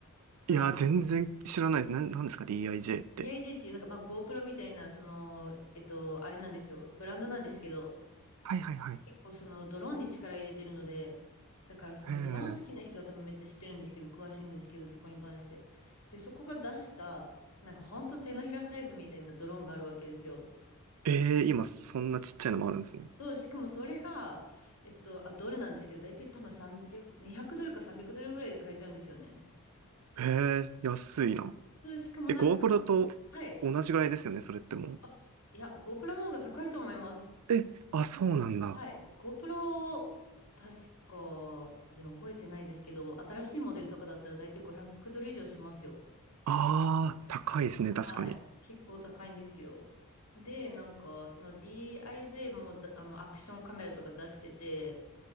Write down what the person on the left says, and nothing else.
ブランド。
DIG っていうなんか、まあ、GoPro みたいな、その、えっと、あれなんですよ。ブランドなんですけど、
結構そのドローンに力入れてるので、だからそのドローン好きな人は多分めっちゃ知ってるんですけど、
詳しいんですけど、そこに関して。で、そこが出した、なんかほんと手のひらサイズみたいなドローンがあるわけですよ。
そう、しかもそれが、えっと、あ、ドルなんですけど、大体多分300、200ドルか300ドルぐらいで買えちゃうんですよね。
そう、しかもなんか、
はい。
あ、いや、GoPro の方が高いと思います。
はい。GoPro、確か、いや、覚えてないですけど、新しいモデルとかだったら大体500ドル以上しますよ。
はい。結構高いんですよ。で、なんか、その DIJ もだあの、アクションカメラとか出してて、